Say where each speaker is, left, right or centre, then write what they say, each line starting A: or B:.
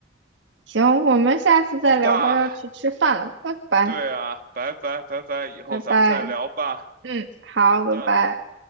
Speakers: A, on the right; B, on the right.
A: 行，我们下次再聊吧，
B: 好吧，
A: 要去吃饭了，拜拜
B: 对啊，拜拜拜拜，以后咱们再聊吧。
A: 拜拜。嗯，好，
B: 好的。
A: 拜拜。